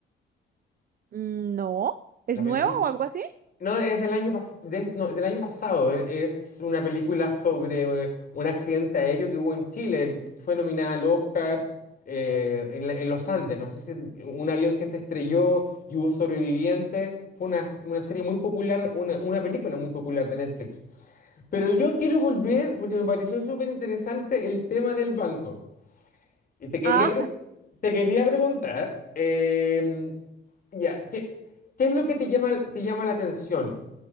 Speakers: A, on the right; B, on the left.
A: Mm, No, ¿es
B: La película.
A: nuevo o algo así?
B: No, es del año, pas- de- no, del año pasado. E- Es una película sobre eh, un accidente aéreo que hubo en Chile. Fue nominada al Oscar eh, en, la- en los Andes. No sé si un avión que se estrelló y hubo sobrevivientes. Fue una, una serie muy popular, una, una película muy popular de Netflix. Pero yo quiero volver, porque me pareció súper interesante el tema del banco. Y te quería,
A: Ah,
B: pre- te quería preguntar, em, ya, ¿qué, qué es lo que te llama, te llama la atención?